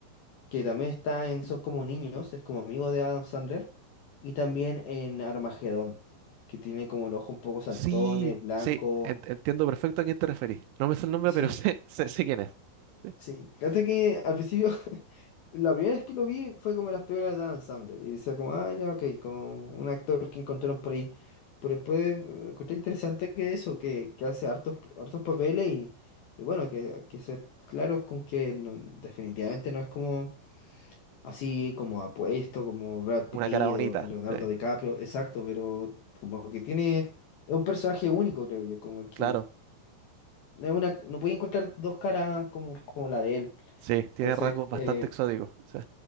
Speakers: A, on the left (about 65°); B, on the right (about 80°).
A: que también está en Son como niños, es como amigo de Adam Sandler, y también en Armagedón, que tiene como el ojo un poco saltones,
B: Sí,
A: blanco.
B: sí, en- entiendo perfecto a quién te referís. No me sé el nombre,
A: Sí,
B: pero <laughs> sé, sé, sé quién es. Sí.
A: sí. Fíjate que al principio, <laughs> la primera vez que lo vi fue como en las películas de Adam Sandler, y decía como, ah, ya, ok, como un actor que encontraron por ahí. Pero después eh, encontré interesante que eso, que, que hace hartos, hartos papeles y, y bueno, que hay que ser claros con que no- definitivamente no es como así como apuesto, como Brad Pitt
B: Una cara bonita,
A: o Leonardo
B: sí,
A: DiCaprio, exacto, pero como que tiene, es un personaje único, creo yo, como que
B: claro.
A: es una, no puede encontrar dos caras como, como la de él.
B: Sí, tiene
A: Entonces,
B: rasgos bastante
A: eh,
B: exóticos. Sí.